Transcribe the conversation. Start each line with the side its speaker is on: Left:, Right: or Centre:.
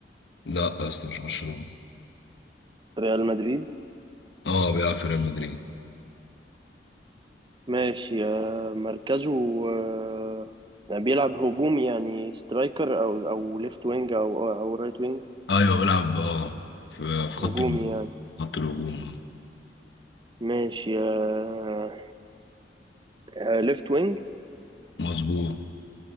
Left: لا يا اسطى مش برشلونة
Right: ريال مدريد
Left: اه بيلعب في ريال مدريد
Right: ماشي آه مركزه آه بيلعب هجومي يعني سترايكر او او ليفت وينج او او رايت وينج
Left: ايوه بيلعب اه في في خط
Right: هجومي
Left: الهجوم
Right: يعني
Left: خط الهجوم
Right: ماشي آه آه ليفت وينج
Left: مظبوط